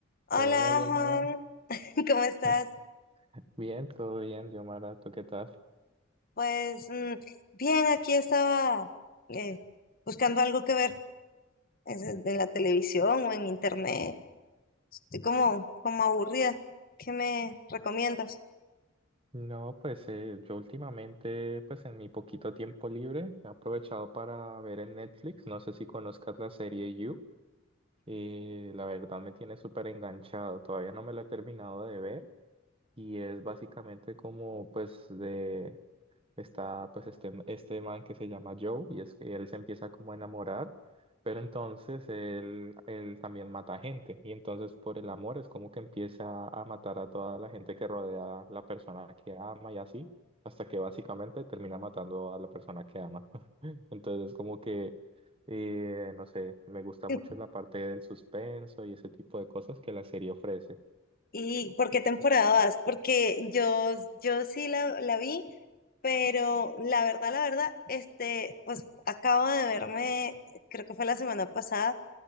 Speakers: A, on the left (about 45°); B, on the right (about 25°).
A: Hola,
B: Hola, Diomara.
A: Juan, <laughs> ¿cómo estás?
B: <laughs> Bien, todo bien, Diomara. ¿Tú qué tal?
A: Pues mm, bien, aquí estaba eh, buscando algo que ver es, eh, en la televisión o en internet. Estoy como, como aburrida. ¿Qué me recomiendas?
B: No, pues eh, yo últimamente, pues en mi poquito tiempo libre, he aprovechado para ver en Netflix. No sé si conozcas la serie You. Y la verdad me tiene súper enganchado. Todavía no me la he terminado de ver. Y es básicamente como, pues, de está pues este, este man que se llama Joe y es que él se empieza como a enamorar, pero entonces él, él también mata gente y entonces por el amor es como que empieza a matar a toda la gente que rodea a la persona que ama y así, hasta que básicamente termina matando a la persona que ama. <laughs> Entonces es como que, eh, no sé, me gusta
A: <laughs>
B: mucho la parte del suspenso y ese tipo de cosas que la serie ofrece.
A: ¿Y por qué temporada vas? Porque yo, yo sí la, la vi, pero la verdad, la verdad, este, pues acabo de verme, creo que fue la semana pasada